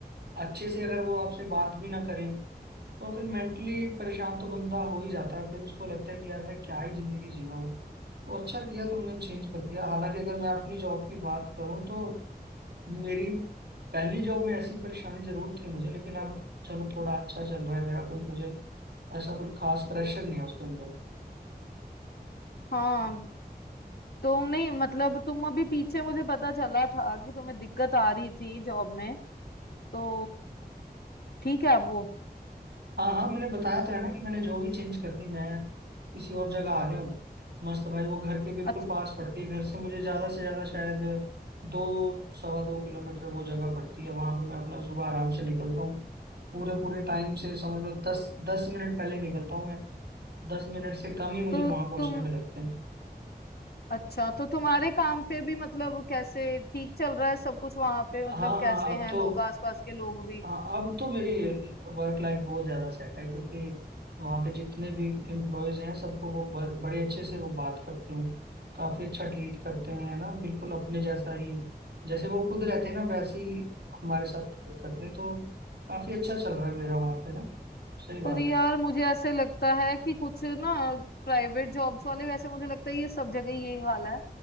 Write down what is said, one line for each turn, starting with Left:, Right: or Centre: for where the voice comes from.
Right: अच्छे से अगर वो आपसे बात भी ना करें तो फिर मेंटली परेशान तो बंदा हो ही जाता है फिर उसको लगता है कि यार मैं क्या ही जिंदगी जी रहा हूँ तो अच्छा किया तुमने चेंज कर दिया हालांकि अगर मैं अपनी जॉब की बात करूँ तो मेरी पहली जॉब में ऐसी परेशानी जरूर थी मुझे लेकिन अब चलो थोड़ा अच्छा चल रहा है मेरा कुछ मुझे ऐसा कुछ खास प्रेशर नहीं है उसके अंदर
Left: हाँ तो नहीं मतलब तुम अभी पीछे मुझे पता चला था कि तुम्हें दिक्कत आ रही थी जॉब में तो ठीक है अब वो
Right: हाँ हाँ मैंने बताया तो है ना कि मैंने जो भी चेंज कर दी मैं किसी और जगह आ गया हूँ मस्त भाई वो घर के बिल्कुल
Left: अच्छा
Right: पास पड़ती है घर से मुझे ज्यादा से ज्यादा शायद दो सवा दो किलोमीटर वो जगह पड़ती है वहां पे मैं अपना सुबह आराम से निकलता हूँ पूरे पूरे टाइम से समझ लो दस दस मिनट पहले निकलता हूँ मैं दस मिनट से कम ही मुझे
Left: तो
Right: वहां पहुंचने
Left: तुम
Right: में लगते हैं
Left: अच्छा तो तुम्हारे काम पे भी मतलब कैसे ठीक चल रहा है सब कुछ वहां पे मतलब
Right: हाँ
Left: कैसे
Right: हाँ अब
Left: हैं
Right: तो
Left: लोग आसपास के लोग भी
Right: हाँ अब तो मेरी वर्क लाइफ बहुत ज्यादा सेट है क्योंकि वहाँ पे जितने भी एम्प्लॉयज हैं सबको वो ब- बड़े अच्छे से वो बात करते हैं काफी अच्छा ट्रीट करते हैं ना बिल्कुल अपने जैसा ही जैसे वो खुद रहते हैं ना वैसे ही हमारे साथ करते हैं तो काफी अच्छा चल रहा है मेरा वहाँ पे ना सही बात
Left: पर यार
Right: है
Left: मुझे ऐसे लगता है कि कुछ ना प्राइवेट जॉब्स वाले वैसे मुझे लगता है ये सब जगह यही हाल है